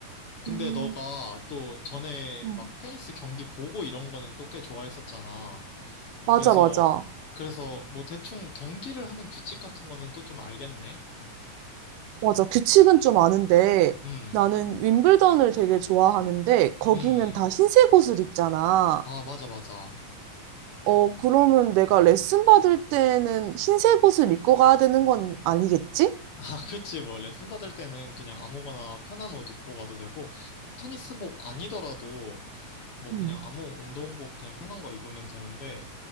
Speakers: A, on the left; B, on the right.
A: 근데
B: 음,
A: 너가 또 전에
B: 음.
A: 막 테니스 경기 보고 이런 거는 또 꽤 좋아했었잖아.
B: 맞아,
A: 그래서,
B: 맞아.
A: 그래서 뭐 대충 경기를 하는 규칙 같은 거는 또 좀 알겠네.
B: 맞아. 규칙은 좀 아는데
A: 음,
B: 나는 윈블던을 되게 좋아하는데 거기는
A: 음,
B: 다
A: 음.
B: 흰색 옷을 입잖아.
A: 아, 맞아, 맞아. <laughs>
B: 어, 그러면 내가 레슨 받을 때는 흰색 옷을 입고 가야 되는 건 아니겠지?
A: 아, 그치. 뭐 레슨 받을 때는 그냥 아무거나 편한 옷 입고 가도 되고, 꼭 테니스복 아니더라도 뭐
B: 음.
A: 그냥 아무 운동복 그냥 편한 거 입으면 되는데,